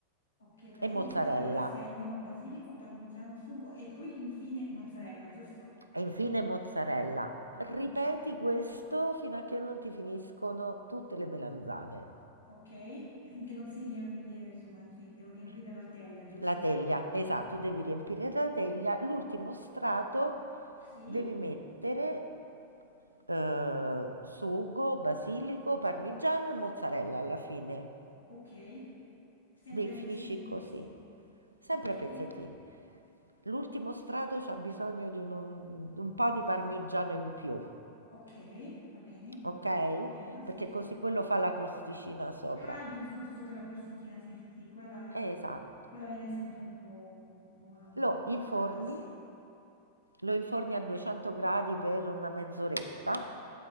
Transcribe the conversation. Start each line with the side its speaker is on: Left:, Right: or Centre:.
Left: Ok, basilico,
Right: e mozzarella
Left: aspetta che segno, basilico, parmigiano, sugo e poi infine mozzarella, giusto?
Right: e infine mozzarella. Ripeti
Left: Ok,
Right: questo fino a che non ti finiscono tutte le melanzane.
Left: ok, e finché non si riempie, insomma, sì, devo riempire la teglia, giusto?
Right: La teglia, esatto, devi riempire la teglia. L'ultimo strato
Left: Sì,
Right: devi mettere eh, sugo, basilico, parmigiano e mozzarella alla fine.
Left: ok, sempre
Right: De- finisci
Left: a pezzettini,
Right: così,
Left: sì.
Right: sempre
Left: Ok,
Right: a pezzettini. L'ultimo strato c'ha bisogno di un, di un po' di parmigiano in più,
Left: ok, va bene.
Right: ok?
Left: Segno, sì,
Right: Perché
Left: sì.
Right: così quello fa la crosticina sopra.
Left: Ah, giusto, giusto per la crostettina, sì, sì, sì, quella,
Right: Eh, esatto.
Left: quella viene sempre un po' buona, buona,
Right: Lo inforni,
Left: Carla, sì.
Right: lo inforni a 200 gradi per una mezz'oretta